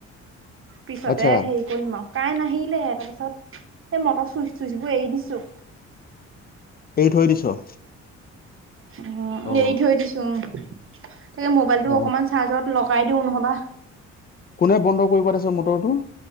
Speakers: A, on the right; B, on the left.
A: পিছতে
B: আচ্ছা
A: হেৰি কৰিম আৰু। কাৰেণ্ট নাহিলে তাৰপিছ ত, এই মটৰ চুইচ, চুইচ বোৰ এৰি দিছোঁ।
B: এৰি থৈ দিছ?
A: উম,
B: অ
A: এৰি থৈ দিছোঁ, উম। তাকে মোবাইলটো
B: অ
A: অকমান চাৰ্জত লগাই দিওঁ নহ'বা
B: কোনে বন্ধ কৰিব তাছত মটৰটো?